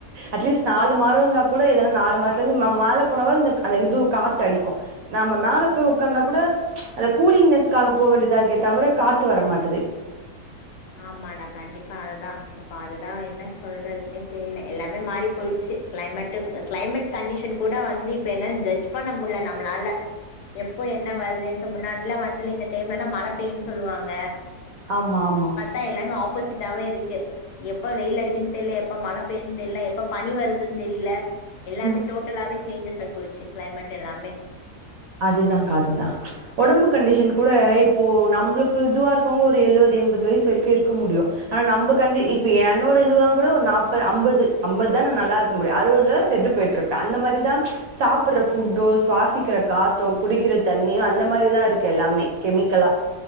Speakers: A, on the right; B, on the left.
A: அட்லீஸ்ட் நாலு மரோ இருந்தா கூட எதானா நாலு <unintelligible> நா மேல போனாவது இந்த அந்த இது காத்து அடிக்கு நம்ம மேல போய் உட்காந்தா கூட அத கூலிங்நெஸ்க்காக போ வேண்டியதா இருக்கே தவிர காத்து வரமாட்டது
B: ஆமாடா கண்டிப்பா அதுதா இப்ப அதுதா என்ன சொல்றதுக்குன்னே தெரியல எல்லாமே மாறி போயிச்சு டு க்ளைமேட்டு க்ளைமேட் கண்டிஷன் கூட வந்து இப்ப என்ன ஜட்ஜ் பண்ண முடில நம்ளால எப்போ என்ன வருது ச முன்னாடிலா வந்துல இந்த டைம்லல்லா மழ பெய்யூன் சொல்லுவாங்க
A: ஆமா ஆமா
B: அ எல்லாமே ஆப்போசிட்டாவே இருக்கு எப்ப வெயில் அடிக்குன் தெர்ல எப்ப மழ பெய்யூன் தெர்ல எப்ப பனி வருதுன் தெரில எல்லாமே
A: ம்.
B: டோட்டலாவே சேஞ்சஸ் ஆயி போயிச்சு க்ளைமேட் எல்லாமே
A: அதுதான்க்கா அதுதா ஒடம்புக் கண்டிஷன் கூட இப்போ நம்முளுக்கு இதுவா இருக்கவுங்க ஒரு எழுவது எண்பது வயசுக் கு இருக்க முடியூ ஆனா நம்ப கண்டி இப்ப என்னோடை இதுவா கூட ஒரு நாப்பது அம்பது அம்பதுதா நா நல்லா இருக்க முடியூ அறுவதுல நா செத்துப்போயிட்ருபே அந்த மாரிதா ச சாப்புற ஃபுட்டோ சுவாசிக் கிற காத்தோ குடிக்கிற தண்ணியோ அந்த மாரிதா இருக்கு எல்லாமே கெமிக்கலா